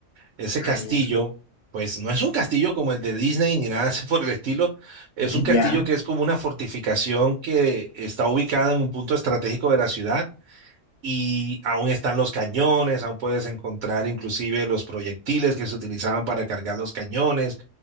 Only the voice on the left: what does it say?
Ah,
ya.
<laughs>
Ya.